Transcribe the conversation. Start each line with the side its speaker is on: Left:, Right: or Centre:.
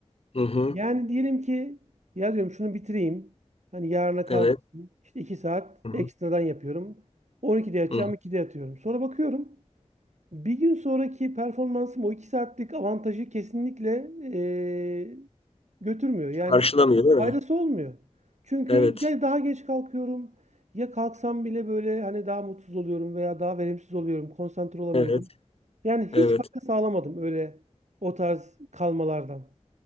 Left: Hı hı.
Right: Yani diyelim ki ya diyorum şunu bitireyim. Hani yarına kalmasın.
Left: Evet.
Right: İşte iki saat
Left: Hı hı.
Right: ekstradan yapıyorum. 12'de yatacağım,
Left: Hı
Right: 2'de yatıyorum. Sonra bakıyorum. Bir gün sonraki performansım o iki saatlik avantajı kesinlikle eee, götürmüyor. Yani
Left: Karşılamıyor değil mi?
Right: faydası olmuyor. Çünkü
Left: Evet.
Right: ya daha geç kalkıyorum ya kalksam bile böyle hani daha mutsuz oluyorum veya daha verimsiz oluyorum, konsantre olamıyorum.
Left: Evet.
Right: Yani
Left: Evet.
Right: hiç fayda sağlamadım öyle o tarz kalmalardan.